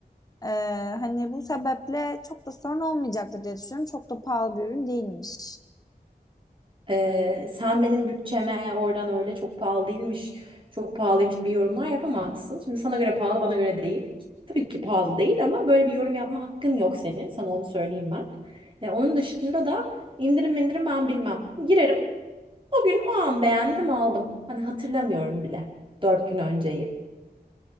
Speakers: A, on the left; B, on the right.
A: Ee, hani bu sebeple çok da sorun olmayacaktır diye düşünüyorum. Çok da pahalı bir ürün değilmiş.
B: Ee, sen benim bütçeme oradan öyle çok pahalı değilmiş, çok pahalıymış bir yorumlar yapamazsın. Şimdi sana göre pahalı, bana göre değil. Tabii ki pahalı değil ama böyle bir yorum yapma hakkın yok senin. Sana onu söyleyeyim ben. Ee, onun dışında da indirim indirim ben bilmem. Girerim. O gün o an beğendim aldım. Hani hatırlamıyorum bile. Dört gün önceyi.